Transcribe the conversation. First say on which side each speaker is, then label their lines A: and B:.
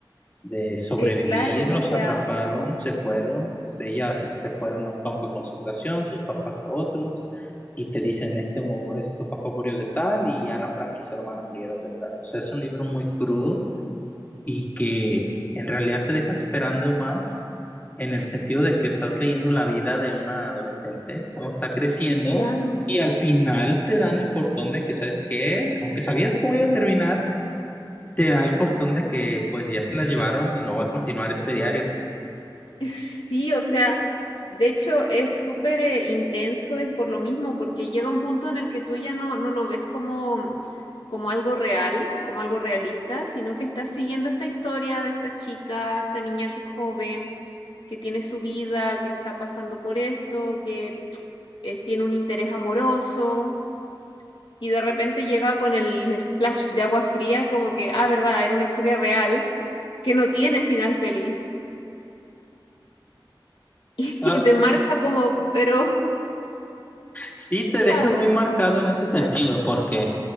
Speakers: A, on the left; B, on the left.
A: de sobrevivir.
B: eh, claro, o
A: Los
B: sea,
A: atraparon, se fueron. Ellas se fueron a un campo de concentración, sus papás a otros. Y te dicen, este, mu- este papá murió de tal y Ana Frank y su hermana murieron de tal. O sea, es un libro muy crudo y que en realidad te deja esperando más en el sentido de que estás leyendo la vida de una adolescente, cómo está creciendo,
B: claro.
A: y al final te dan el cortón de que, ¿sabes qué? Aunque sabías cómo iba a terminar, te da el cortón de que pues ya se las llevaron y no va a continuar este diario.
B: Sí, o sea, de hecho es súper eh, intenso eh, por lo mismo, porque llega un punto en el que tú ya no, no lo ves como, como algo real, como algo realista, sino que estás siguiendo esta historia de esta chica, esta niña que es joven, que tiene su vida, que está pasando por esto, que eh, tiene un interés amoroso, y de repente llega con el splash de agua fría, como que, ah, verdad, era una historia real que no tiene final feliz. <laughs>
A: Ah,
B: Y te marca como, pero
A: Sí, te
B: ¿Qué
A: deja
B: hago?
A: muy marcado en ese sentido,
B: Era-
A: porque